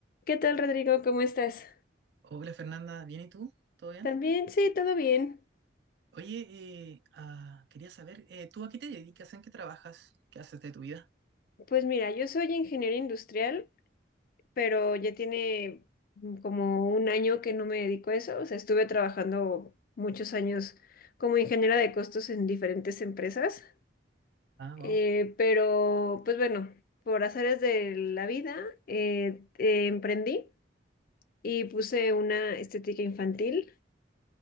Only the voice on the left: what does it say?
¿Qué tal, Rodrigo? ¿Cómo estás?
También, sí, todo bien.
Pues mira, yo soy ingeniero industrial, pero ya tiene mm, como un año que no me dedico a eso. O sea, estuve trabajando muchos años como ingeniera de costos en diferentes empresas.
Eh,
pero, pues bueno, por azares de la vida, eh, eh, emprendí y puse una estética infantil